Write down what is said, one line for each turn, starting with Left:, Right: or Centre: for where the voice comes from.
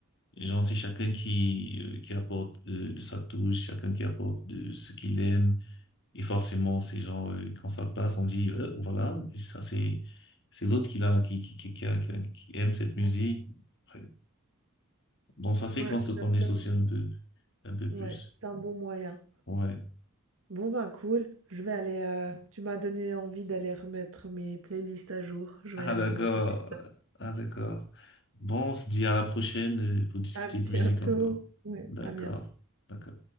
Left: Genre, c'est chacun qui euh, qui apporte euh, de sa touche, chacun qui apporte de ce qu'il aime. Et forcément, ces gens euh, quand ça passe, on dit euh, voilà, ça c'est c'est l'autre qui l'a qui qui qui, qui, a- qui a- qui aime cette musique. Après, Bon, ça fait
Right: Ouais.
Left: qu'on se
Right: exactement.
Left: connaît aussi un peu, un peu
Right: Ouais,
Left: plus.
Right: c'est un bon moyen.
Left: Ouais.
Right: Bon ben cool, je vais aller... euh, tu m'as donné envie d'aller remettre mes playlists à jour. Je
Left: Ah
Right: vais aller
Left: d'accord.
Right: m'occuper de ça.
Left: Ah d'accord. Bon, on se dit à la prochaine euh, pour discuter
Right: À bientôt.
Left: de musique encore.
Right: Ouais,
Left: D'accord.
Right: à bientôt.
Left: D'accord.